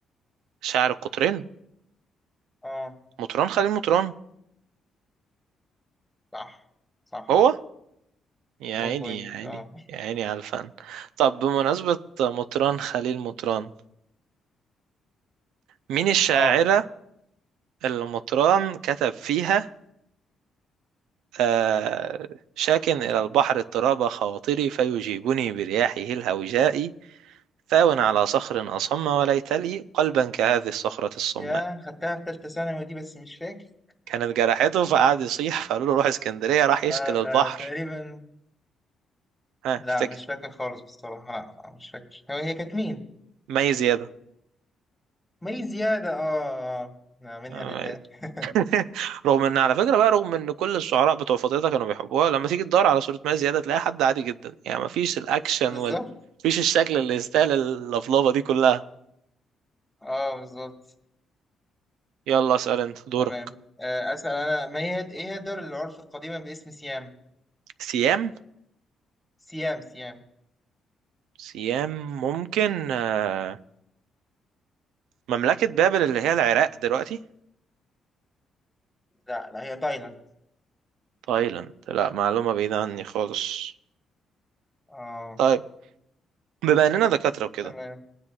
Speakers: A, on the right (about 85°); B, in the centre.
A: شاعر القطرين
B: اه
A: مطران خليل مطران
B: صح صح
A: هو يا
B: اول
A: عيني
B: بوينت
A: يا عيني
B: اه
A: يا عيني على الفن طب بمناسبة مطران خليل مطران مين الشاعرة
B: اه
A: اللي مطران كتب فيها آه، شاك إلى البحر اضطراب خواطري فيجيبني برياحه الهوجاء ثاوٍ على صخر أصم وليت لي قلبا كهذه الصخرة الصماء
B: يا خدتها في ثالثه ثانوي دي بس مش فاكر
A: كانت جرحته فقعد يصيح فقالوا له روح اسكندرية راح
B: <laughs>
A: يشكل
B: آه
A: البحر
B: آه تقريبا
A: ها
B: لا
A: افتكر
B: مش فاكر خالص بصراحه لا مش فاكر هو هي كانت مين
A: مي زيادة
B: مي زيادة اه اه آه. نعم، منها
A: آه،
B: لله
A: مي-
B: <laughs>
A: <laughs> رغم ان على فكره بقى رغم ان كل الشعراء بتوع فترتها كانوا بيحبوها لما تيجي تدور على صوره مي زياده تلاقي حد عادي جدا يعني مفيش الاكشن
B: بالظبط
A: وال مفيش الشكل اللي يستاهل اللفلفه دي كلها
B: اه بالظبط
A: يلا اسال انت دورك
B: تمام آه، أسأل أنا ما هي إيه هي الدولة اللي عرفت قديما باسم سيام
A: سيام
B: سيام سيام
A: سيام ممكن آه، مملكة بابل اللي هي العراق دلوقتي
B: لا لا هي تايلاند
A: تايلاند لا معلومة بعيدة عني خالص
B: اه
A: طيب بما اننا دكاترة وكده
B: تمام